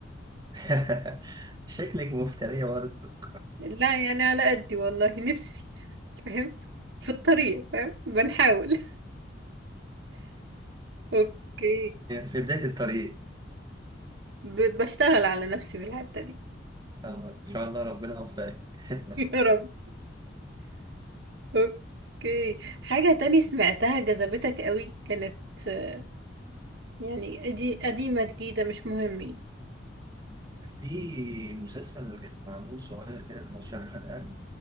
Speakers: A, on the right; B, on the right.
A: <laughs> شكلك مفترية برضه <laughs>
B: لا يعني على قدي والله <laughs> نفسي فاهم في الطريق فاهم بنحاول <laughs> اوكي
A: في بداية الطريق
B: ب- بشتغل على نفسي في الحتة دي
A: اه ان شاء الله ربنا يوفقك <laughs>
B: <laughs> يا رب اوكي حاجة تاني سمعتها جذبتك قوي كانت آه، يعني دي قديمة جديدة مش مهم يعني.
A: في مسلسل كان معمول صغير كده 15 حلقة